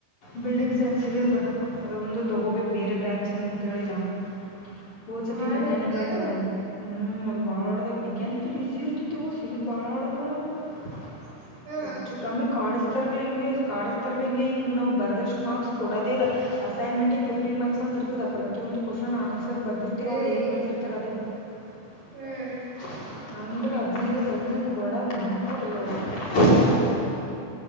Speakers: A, on the left; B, on the right.
A: ಬಿಲ್ಡಿಂಗ್ಸ್ ಏ ಸಿವಿಲ್ದದ ಅದೊಂದು ತಗೋಬೇಕಕ್ ಬೇರೆ ಬ್ರಾಂಚಚ್ ಏನ ಅಂತೇಳಿಲ್ಲ <unintelligible> ಪೂರ್ ಸತಿ
B: ಹಾರ್ಡ್
A: ಮೆಕ್ಯಾನಿಕಲ್
B: ಇರ್ತದ ಏನದ
A: ತೊಗೊಂಡ್ ಹ್ಮ್ ಅದು ಭಾಳ್ಾಡದ <unintelligible> ಮೆಕ್ಯಾನಿಕಲ್ಲಿ ಬಿಸಿಿ ಇರ್ತಿತೆವು ಸಿವಿಲ್ ಭಾಳ ಆಡೋ್ ನೋಡ <unintelligible>
B: ಹ್ಮ
A: ಸ ನಮ ಕಾಡಸ್ತರ್ ಹ ಎಂಂಗೆ ಕಾರ್ಡ್ ಸ್ತರ ಪ ಹ ಎಂಗಗೆ ಇಂಗ ಬವು ಬ ಬರ್ದಷ್ಟು ಮಾರ್ಕ್ಸ್ ಕೊಡೋದ ಇಲ್ಲ ಅಸೈನ್ಮೆಂಟ್ ಫಿಫ್ಟೀನ್ ಮಾರ್ಕ್ಸ್ ಅಂತ ಇರ್ತದ ಪ್ರತಿಯೊಂದು ಕ್ವನ್ ಆನ್ಸರ್ <unintelligible> ಸರ್ ಬರ್ದಿರ್ತಿೀವಿ ಅವರು
B: ಏಯ್
A: ಏನ್ ಕಳ್ಸಿರ್ತಾರ ಅದೇ <unintelligible>
B: ಹ್ಮ್
A: ಅಂದ್ರೆ ಹದ್ಿನೈದಕ್ಕೆ ಹದಿನೈದು ಕೊಡ ಮಕ್ಕಳು ಅಲ್ಲ <unintelligible>